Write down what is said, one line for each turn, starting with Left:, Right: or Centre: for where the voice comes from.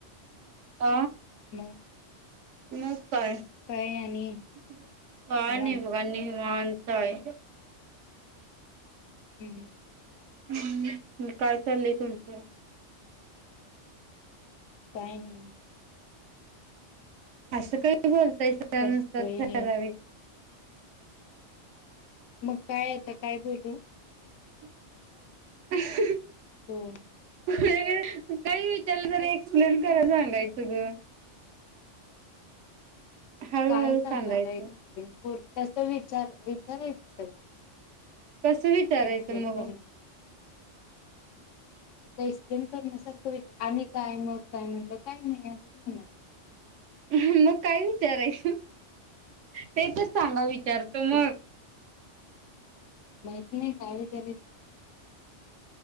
Right: अ
Left: <inaudible>
Right: म काय?
Left: काय आणि निवांत
Right: काय नाही बघ आणि वांत आहे.
Left: हम्म हम्म
Right: हम्म, म काय चाललंय तुमचं?
Left: काय नाई.
Right: असं काय बोलतायसा
Left: बसलोय
Right: नुसतं ठरावीक.
Left: निवांत मग काय आता काय बोलू?
Right: <unintelligible>
Left: हॅलो!
Right: अगं काही विचारलं जरा एक्सप्लेन करून सांगायचं गं. हळूहळू
Left: काय सांगू
Right: सांगायचं
Left: आता एक्सप्लेन, बोल कसं विचार विचारायचं तर कसं?
Right: कसं विचारायचं
Left: एक्सप्लेन
Right: मग
Left: करण्यासारखं
Right: ओ?
Left: आता एक्सप्लेन करण्यासारखं विचा आणि काय मग काय म्हणलं काय नाही असंच म्हणणार की.
Right: <inaudible> हं मग काय विचारायचं? ते तर सांगा विचारतो मग.
Left: दुस माहित नाही काय विचारायचं?